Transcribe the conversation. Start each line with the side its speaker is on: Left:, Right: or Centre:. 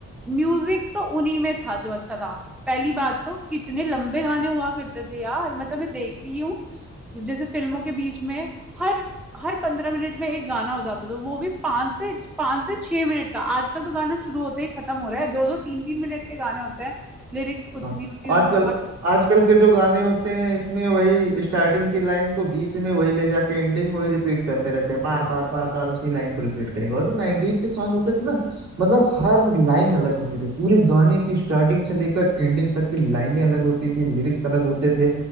Centre: म्यूजिक तो उन्हीं में था जो अच्छा था पहली बात तो कितने लंबे गाने हुआ करते थे यार मतलब मैं देखती ही हूँ जैसे फिल्मों के बीच में हर हर पंद्रह मिनट में एक गाना हो जाता था तो वो भी पांच से पांच से छह मिनट का आजकल तो गाना शुरू होते ही खत्म हो रहा है दो दो तीन तीन मिनट के गाने होते हैं लिरिक्स कुछ
Right: हाँ,
Centre: नहीं होती
Right: आजकल
Centre: उनमें और
Right: आजकल के जो गाने होते हैं इसमें वही स्टार्टिंग की लाइन को बीच में वही ले जाके एंडिंग वही रिपीट करते रहते हैं बार बार बार बार उसी लाइन को रिपीट करेंगे और जो 90s के सॉन्ग होते थे ना मतलब हर लाइन अलग होती थी पूरे गाने की स्टार्टिंग से लेकर एंडिंग तक की लाइनें अलग होती थी लिरिक्स अलग होते थे